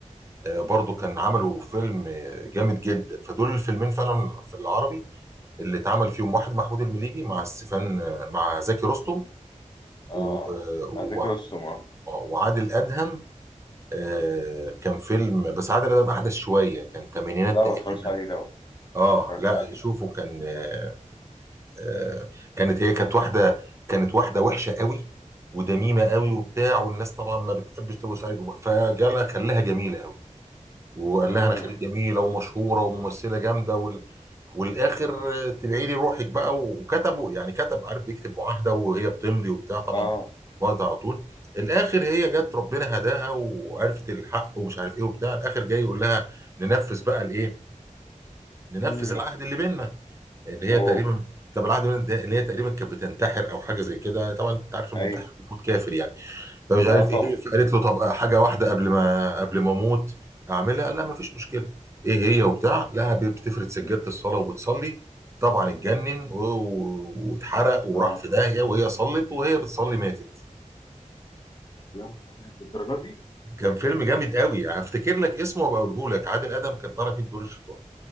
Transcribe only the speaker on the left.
اه
مع زكي رستم اه
لا ما
اتفرجتش عليه ده ما
اتفرجتش
عليه
امم
اه
امم
اوه
ايوه
اه طبعا
مم.
اه
يا نهار ابيض بالدرجه دي